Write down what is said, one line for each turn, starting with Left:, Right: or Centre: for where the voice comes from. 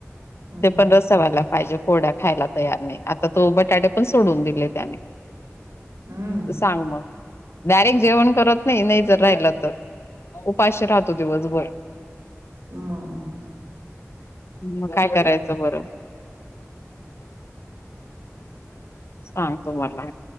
Right: हम्म
Left: ते पण रस्त व्हायला पाहिजे पोड्या खायला तयार नाही आता तो बटाडे पण सोडून दिले त्याने
Right: हम्म
Left: सांग मग डायरेक्ट जेवण करत नाही नाही जर राहिलं तर उपाशी राहतो दिवसभर
Right: म
Left: मग काय करायचं बरं सांग तुम्हाला